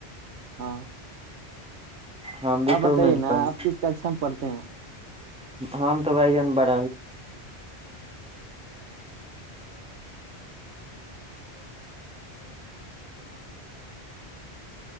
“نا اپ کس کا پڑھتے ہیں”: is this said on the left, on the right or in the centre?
Right